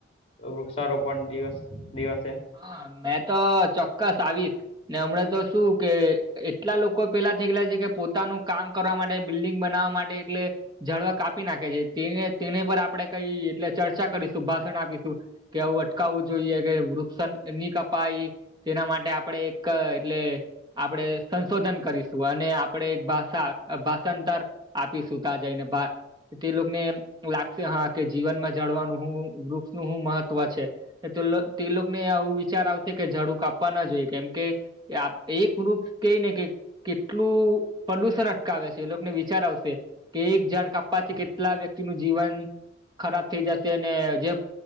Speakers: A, on the left; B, on the right.
A: વૃક્ષારોપણ દિવસ દિવસે?
B: હા મેં તો ચોક્કસ આવીશ. ને હમણાં તો શું કે એટલા લોકો પેલા થઈ ગેલા છે કે પોતાનું કામ કરવા માટે, બિલ્ડિંગ બનાવવા માટે એટલે ઝાડવા કાપી નાખે છે તેને તેને પર આપણે કઈ એટલે ચર્ચા કરીશું, ભાષણ આપીશું. કે આવું અટકાવવું જોઈએ કે વૃ સન ની કપાઈ તેના માટે આપડે એક એટલે આપણેે સંશોધન કરીશું અને આપણે એક ભાષા ભાષાંતર આપી સુતા જઈને ભા તે લોકોને એમ લાગશે હા કે જીવનમાં જળવાનું હું વૃક્ષનું હું મહત્વ છે. તે તેલો, તે લોક ને આવું વિચાર આવશે કે ઝડું કાપવા ના જોઈએ કેમ કે એક વૃક્ષ કેય ને કે કેટલું પ્રદુષણ અટકાવે છે એ લોકોને વિચાર આવશે. કે એક ઝાડ કાપવાથી કેટલા વ્યક્તિ નું જીવન ખરાબ થઈ જાશે અને જે